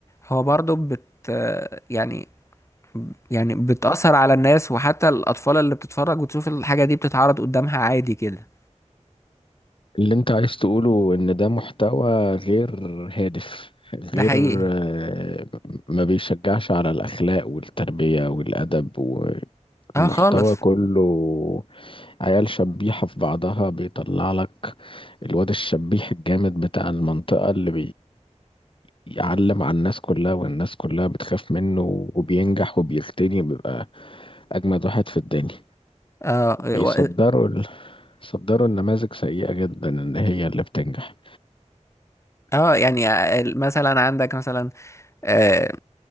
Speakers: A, on the left (about 25°); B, on the left (about 45°).
A: هو برضو بت يعني يعني بتأثر على الناس وحتى الأطفال اللي بتتفرج وتشوف الحاجة دي بتتعرض قدامها عادي كده
B: اللي انت عايز تقوله ان ده محتوى غير هادف غير
A: ده حقيقي
B: آه، ما بيشجعش على الأخلاق والتربية والأدب
A: اه
B: المحتوى
A: خالص
B: كله عيال شبيحة في بعضها بيطلع لك الواد الشبيح الجامد بتاع المنطقة اللي بيعلم على الناس كلها والناس كلها بتخاف منه وبينجح وبيغتني بيبقى أجمد واحد في الدنيا
A: اه
B: بيصدروا
A: و-
B: ال... صدروا النماذج سيئة جدا إن هي اللي بتنجح
A: اه يعني آه، ال- مثلا عندك مثلا آه